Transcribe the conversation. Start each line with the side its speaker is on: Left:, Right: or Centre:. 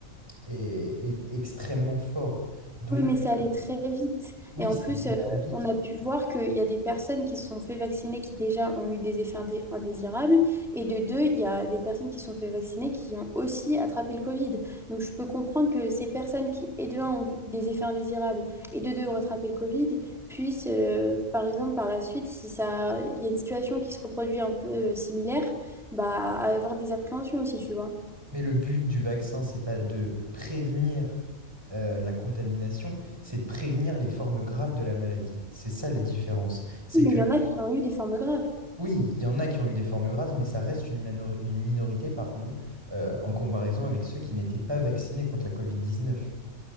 Right: est, est extrêmement fort. Donc,
Centre: Oui, mais c'est allé très vite.
Right: oui,
Centre: Et en
Right: ça
Centre: plus,
Right: a été
Centre: euh,
Right: très vite.
Centre: on a pu voir qu'il y a des personnes qui se sont fait vacciner qui déjà ont eu des effets indé- indésirables. Et de deux, il y a des personnes qui se sont fait vacciner qui ont aussi attrapé le Covid. Donc, je peux comprendre que ces personnes qui, et de un, ont eu des effets indésirables et de deux, ont attrapé le Covid, puissent, euh, par exemple, par la suite, si ça, il y a une situation qui se reproduit un peu euh, similaire, bah, avoir des appréhensions aussi, tu vois.
Right: Mais le but du vaccin, c'est pas de prévenir euh, la contamination, c'est de prévenir les formes graves de la maladie. C'est ça la différence. C'est
Centre: Mais
Right: que,
Centre: il y en a qui ont eu des formes graves.
Right: oui, il y en a qui ont eu des formes graves, mais ça reste une, manori- une minorité, pardon, euh, en comparaison avec ceux qui n'étaient pas vaccinés contre la Covid-19.